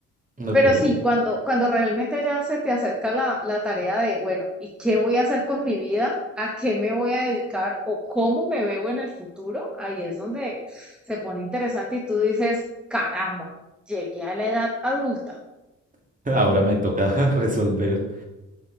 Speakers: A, on the right (about 25°); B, in the centre.
A: Ok.
B: Pero sí, cuando, cuando realmente ya se te acerca la, la tarea de, bueno, ¿y qué voy a hacer con mi vida? ¿A qué me voy a dedicar? ¿O cómo me veo en el futuro? Ahí es donde se pone interesante y tú dices, caramba, llegué a la edad adulta.
A: <laughs> Ahora me toca <laughs> resolver.